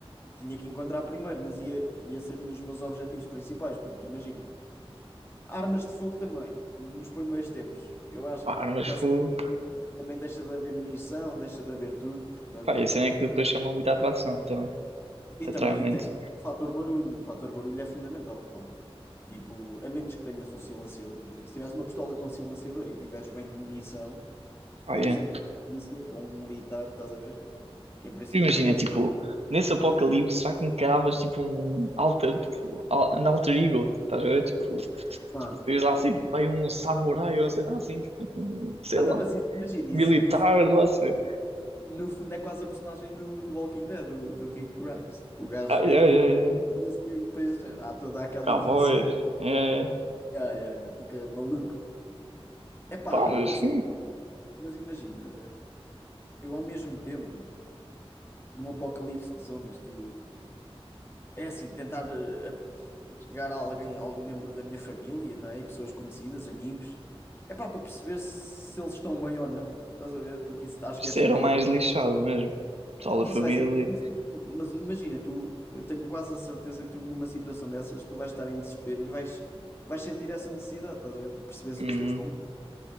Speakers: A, on the left (about 25°); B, on the right (about 85°).
A: tinha que encontrar primeiro, mas ia, ia ser um dos meus objetivos principais, porque imagina, armas de fogo também, nos primeiros tempos. Eu acho
B: Pá,
A: que
B: armas
A: passar
B: fogo.
A: o tempo também deixa de haver munição, deixa de haver tudo, portanto.
B: Pá, e a cena é que depois chama muita atração também.
A: E
B: Atrai
A: também
B: muito.
A: tens o fator barulho, o fator barulho é fundamental, claro. Tipo, a menos que tenhas um silenciador, por exemplo. Se tiveres uma pistola com silenciador e tiveres bem de munição,
B: Pá,
A: Por
B: yeah.
A: exemplo, um polícia ou um militar, estás a ver? Em princípio
B: Imagina,
A: tem mais.
B: tipo, nesse apocalipse, já que encaravas, tipo, um alter, tipo, al- an alter ego, estás a ver? Tipo,
A: Ah,
B: Diz lá assim, tipo, vai um samurai ou sei lá assim, tipo, tipo, um, sei
A: Ah,
B: lá,
A: tá, mas isso, imagina,
B: militar,
A: isso no, fu-
B: lá sei.
A: no fundo é quase a personagem do, do Walking Dead, do, do Rick Grimes. O gajo
B: Ai,
A: é
B: ai,
A: tipo
B: ai, ai.
A: polícia e depois há toda aquela
B: Cowboys.
A: evolução.
B: Ai, ai.
A: Yeah, yeah, yeah, fica maluco. Epá,
B: Pá, mas
A: mas,
B: sim,
A: mas imagina, eu ao mesmo tempo, num apocalipse de zombies, tu, É assim, tentar eh, a- chegar a alguém, a algum membro da minha família, não é? E pessoas conhecidas, amigos. É pá, para perceber se, se eles estão bem ou não, estás a ver? Porque isso acho
B: isso
A: que é fundamental.
B: era o mais lixado mesmo. Pessoal da
A: Isso
B: família.
A: vai ser muito difícil, mas imagina, tu, eu tenho quase a certeza que tu numa situação dessas, tu vais estar em desespero e vais, vais sentir essa necessidade, estás a ver? De Perceber se
B: Uhum.
A: os teus estão bem.